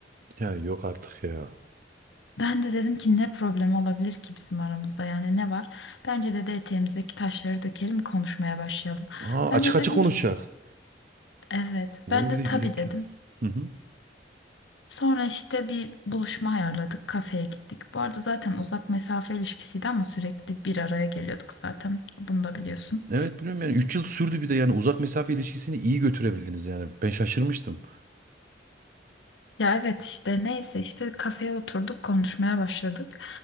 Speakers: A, on the right; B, on the left.
A: Ya yok artık ya.
B: Ben de dedim ki ne problem olabilir ki bizim aramızda yani ne var? Bence dedi eteğimizdeki taşları dökelim konuşmaya başlayalım.
A: Aa, açık
B: Ben de
A: açık
B: dedim
A: konuşacak.
B: ki evet
A: O
B: ben de
A: bir de yürekli.
B: tabii dedim.
A: Hı hı.
B: Sonra işte bir buluşma ayarladık kafeye gittik. Bu arada zaten uzak mesafe ilişkisiydi ama sürekli bir araya geliyorduk zaten bunu da biliyorsun.
A: Evet biliyorum yani 3 yıl sürdü bir de yani uzak mesafe ilişkisini iyi götürebildiniz yani. Ben şaşırmıştım.
B: Ya evet işte neyse işte kafeye oturduk konuşmaya başladık.